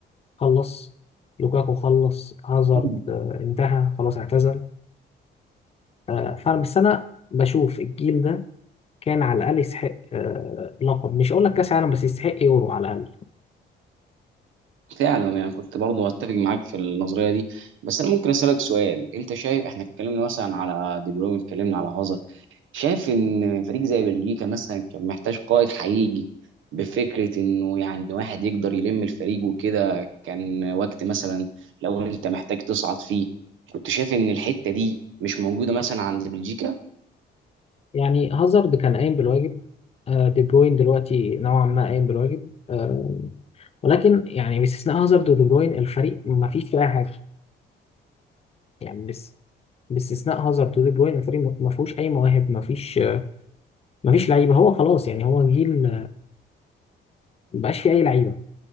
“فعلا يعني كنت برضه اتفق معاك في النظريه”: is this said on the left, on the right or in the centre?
Right